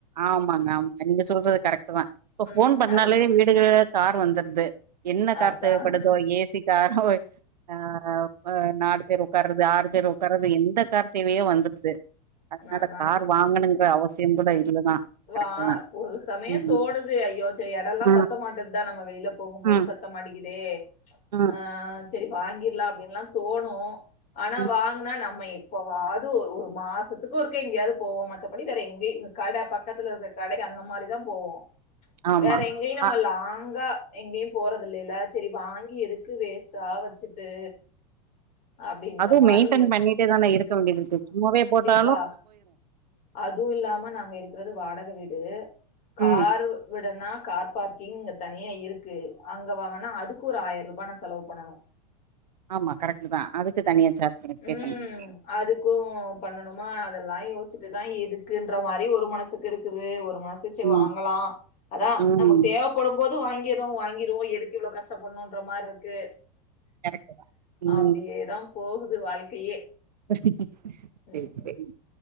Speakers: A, on the right; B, on the left.
A: ஆமாங்க ஆமாங்க நீங்க சொல்றது கரெக்டு தா இப்ப
B: ம்.
A: போன் பண்ணாலே
B: அதுக்கு
A: வீடுக கார் வந்துரு ந்து என்ன கார்
B: அதான்.
A: தேவப்படுதோ ஏ சி காரோ அ ஆ அ நாலு பேர் உக்கார்ரது ஆறு பேர் ஒக் கறது எந்த கார் தேவயோ வந்துருது அதனால
B: அதான்
A: கார்
B: அதுதான்.
A: வாங்கணுங்கிற அவசியம் கூட இல்லதா
B: வா
A: கரெக்ட் தா
B: ஒரு சமய
A: ம்
B: தோனுது அய்யோ செ எடொல்லா
A: ம்
B: பத்த மாட்டதா நம்ம வெளில போகும் போது
A: ம்
B: பத்த மாடிக்கு தே
A: ம்
B: ஆ செரி வாங்கிற்லா அப்டின்லா தோணு ஆனா
A: ம்
B: வாங்குனா நம்ம எப் பவாது ஒரு மாசத் துக்கு ஒருக்க எங்கேயாது போவோ மத்தபடி வேற எங்கய் கட பக்கத்துல இருக்க கடக்கி அந்த மாரிதா போவோ
A: ஆமா
B: வேற எங்கயு நம்ம
A: அ
B: லாங்கா எங்கெயும் போறதில்லைல்ல செரி வாங்கி எதுக்கு வேஸ்டா வச்சுட்டு அப்டின்ற
A: அதுவும்
B: மாரி
A: மெயின்டென் பண்ணிட்டே தானே இருக்க வேண்டியது இருக்கு சும்மாவே போட்டா
B: பா அதுவும் இல்லாம நாங்க இருக்கிறது வாடக வீடு கார்
A: ம்.
B: வெ டனா கார் பார்க்கிங் இங்க தனியா இருக்கு அங்க வாங்கனா அதுக்கு ஒரு ஆயிரரூபா நான் செலவு பண்ணனும்
A: ஆமா கரெக்ட் தான் அதுக்கு தனியா சார்ஜ் பண்ணி
B: உம்
A: பே பண்ண முடியு
B: அதுக்கும் பண்ணணுமா அதெல்லாம் யோச்சட்டுதான் எதுக்குன்ற மாரி ஒரு மனசுக்கு இருக்குது ஒரு மனசுச்சு
A: ம்
B: வாங்கலாம் அதான்
A: ம்
B: நமக்கு தேவப்படும் போது எது வாங்கிரும் வாங்கிருவோம் எதுக்கு இவ்ளோ கஸ்ட பண்ணோ ணும்ன்ற மாரி இருக்கு
A: கரெக்ட் தா ம்
B: அப்படியேதான் போகு வாழ்க்கையே
A: சரி சரி
B: ம்